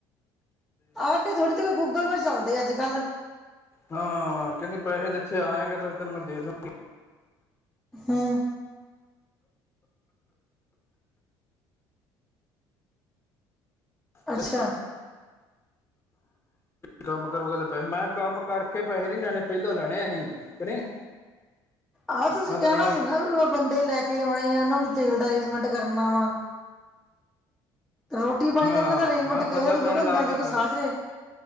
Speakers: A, in the centre; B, on the left.
A: ਆ ਕੇ ਥੋੜ੍ਹੀ ਜ ਗੂਗਲ ਪੇੲ ਚੱਲਦੇ ਆ ਅੱਜ - ਕੱਲ।
B: ਹਾਂ ਕਹਿਦੀ ਪੈਸੇ ਤਾਂ। ਇਥੇ ਆਏਗਾ ਤਾਂ ਤੈਨ ਮੈਂ ਦੇਦੁ।
A: ਹਮ।
B: ।
A: ਅੱਛਾ
B: ਕੰਮ ਕਰੋਗੇ ਤੇ ਪੈਸੇ ਮੈਂ ਕਿਹਾ ਕੰਮ ਕਰਕੇ ਪੈਸੇ ਨੀ ਲੈਣੇ। ਪਹਿਲੋਂ ਲੈਣੇ ਅਸੀਂ ਕੀ ਨਹੀਂ।
A: ਆਹੋ ਤੁਸੀਂ
B: ਮੈਂ
A: ਕਹਿਣਾ
B: ਤਾਂ ਨਾਲ
A: ਸੀ ਨਾ ਵੀ ਬੰਦੇ ਲੈ ਕੇ ਆਉਣੇ ਆ। ਉਹਨਾਂ ਨੂੰ ਤੇਲ ਦਾ ਅਰੇਂਜਮੈਂਟ ਕਰਨਾ ਵਾ। ਰੋਟੀ - ਪਾਣੀ
B: ਹਾਂ
A: ਦਾ ਇਹਨਾਂ ਦਾ ਅਰੇਂਜਮੈਂਟ
B: ਮੈਂ
A: ਕਿਹਾ
B: ਪੱਲੋਂ
A: ਸੀਗਾ
B: ਪੈਸੇ
A: ਬੰਦਿਆਂ
B: ਲਾ ਕੇ
A: ਦੇ ਕੋਈ
B: ਫਿਰ
A: ਸਾਜ ਰਹੇ।